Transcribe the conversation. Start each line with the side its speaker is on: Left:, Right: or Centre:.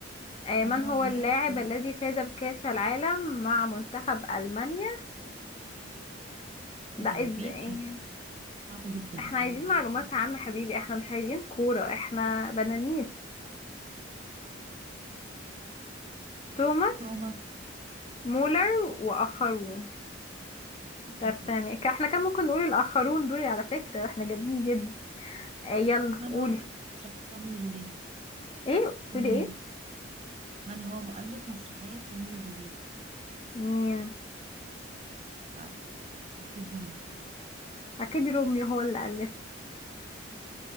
Left: آه
Right: من
Left: من
Right: هو
Left: هو
Right: اللاعب
Left: اللاعب
Right: الذي
Left: الذي فاز بكأس العالم مع منتخب ألمانيا
Right: جايبين
Left: ده ازاي
Right: حاجات صعبه جدا
Left: احنا عايزين
Right: انا ما
Left: معلومات
Right: بحب
Left: عامة حبيبي احنا مش عايزين كورة احنا بنانيس توماس
Right: توماس
Left: مولر وآخرون
Right: اوكي
Left: طب
Right: ماشي
Left: تمام احنا كان ممكن نقول الآخرون دول على فكرة احنا جامدين جدا اه يلا
Right: من
Left: قولي
Right: هو مؤلف مسرحيه روميو وجولييت
Left: ايه تقولي
Right: مين
Left: ايه
Right: من هو مؤلف مسرحية روميو وجولييت
Left: مين
Right: مش عارفة أكيد روميو
Left: اكيد روميو هو اللي ألف